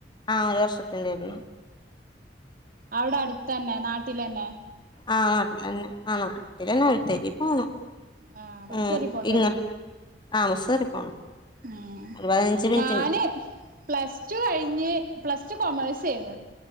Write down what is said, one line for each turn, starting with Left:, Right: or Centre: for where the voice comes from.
Left: ആഹ ഒരു വർഷതിന്റെ ആയിരുന്നു
Right: അവിടെ അടുത്തതന്നെ നാട്ടിൽന്നെ
Left: ആ നാട്ടന്നെ ആ നാട്ടന്നെ ഒഴുത്തരി പോു ഉം
Right: ആ ബസ് കയറി പോണ്ടി
Left: ഇങ്ങ ആമ ശരി പോണം
Right: ഉ
Left: ഒരു പതിനഞ്ച് മിനിറ്റിന്
Right: ഞാന് പ്ലസ് ടു കഴിഞ്ഞ് പ്ലസ് ടു കോമേഴ്സ് ചെയമ